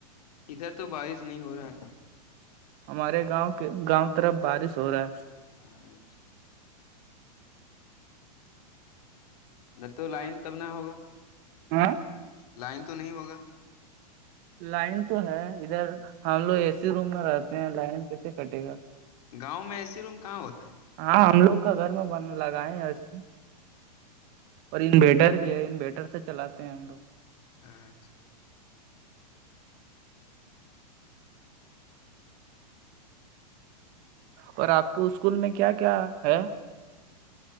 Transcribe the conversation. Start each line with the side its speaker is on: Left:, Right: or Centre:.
Left: ادھر تو بارش نہیں ہو رہا ہے
Right: ہمارے گاؤں کے گاؤں طرف بارش ہو رہا ہے
Left: اچھا ارے
Right: ہے
Left: تو لائن تب نہ ہوگا
Right: ہاں
Left: لائن تو نہیں ہوگا
Right: لائن تو ہے ادھر ہم لوگ اے سی روم میں رہتے ہیں لائن کیسے کٹے گا
Left: گاؤں میں ایسی روم کہاں ہوتے ہے
Right: ہاں ہم لوگ کا گھر میں بنن لگا ہے ایی سی اور انویٹر بھی ہے انویٹر سے چلاتے ہیں ہم لوگ
Left: اچھا
Right: اور آپ کے اسکول میں کیا کیا ہے